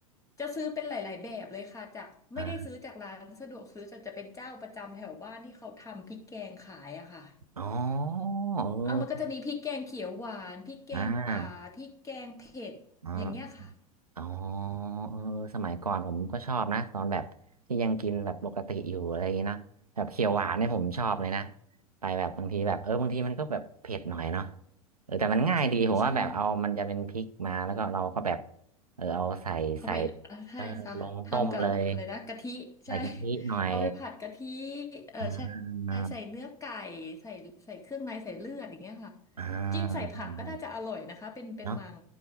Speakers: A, on the left (about 15°); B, on the right (about 85°).
A: จะซื้อเป็นหลายๆแบบเลยค่ะจากไม่ได้ซื้อจากร้านสะดวกซื้อแต่จะเป็นเจ้าประจำแถวบ้านที่เขาทำพริกแกงขายอะค่ะ
B: อ่าอ๋อเออ
A: เอามันก็จะมีพริกแกงเขียวหวานพริกแกงป่าพริกแกงเผ็ดอย่างเงี้ยค่ะ
B: อ่าอ๋อ อ๋อเออสมัยก่อนผมก็ชอบนะตอนแบบที่ยังกินแบบปกติอยู่อะไรอย่างเงี้ยเนาะแบบเขียวหวานเนี่ยผมชอบเลยนะไปแบบบางทีแบบเออบางทีมันก็แบบเผ็ดหน่อยเนาะเออแต่มันง่ายดีผมว่าแบบเอามันจะเป็นพริกมาแล้วก็เราก็แบบ
A: ใช่ใช่
B: เออเอาใส่ใส่
A: เอาไปใช่ค่ะทำกับอะไรนะกะทิใช่
B: เออลงต้มเลยใส่กะทิหน่อย
A: <laughs> เอาไปผัดกะทิเออใช่ใช่ใส่เนื้อไก่
B: อ่า
A: ใส่ใส่เครื่องในใส่เลือดอย่างเงี้ยค่ะ
B: อ่า
A: จริงใส่ผักก็น่าจะอร่อยนะคะเป็นเป็นมัง
B: ใช่ใช่เนาะ